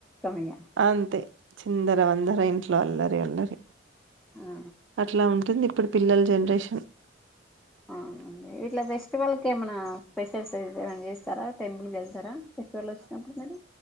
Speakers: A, in the centre; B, on the right.
A: ఇగ
B: అంతే చిందర వందర ఇంట్లో అల్లరి అల్లరి
A: ఆ
B: అట్లా ఉంటుంది ఇప్పుడు పిల్లల జనరేషన్
A: అవునండి ఇట్ల ఫెస్టివల్ క ఏమనా స్పెషల్స్ ఏ చేస్తారా టెంపుల్కి వెళ్తారా ఫెస్టివల్ వచ్చినప్పుడు మీరు